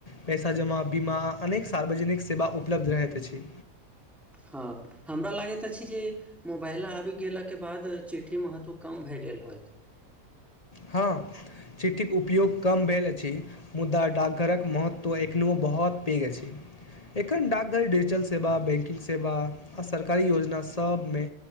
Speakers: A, on the left; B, in the centre.
A: पैसा जमा बीमा आ अनेक सार्वजनिक सेवा उपलब्ध रहैत अछि।
B: हँ हमरा लागैत अछि। जे मोबाइल आबि गेलाक बाद चिट्ठीके महत्व कम भऽ गेल होइत।
A: हँ, चिट्ठीके उपयोग कम भेल अछि। मुदा डाकघरक महत्व एखनहुँ बहुत पैघ अछि। एखन डाकघर डिजिटल सेवा, बैंकिंग सेवा आ सरकारी योजना सभमे।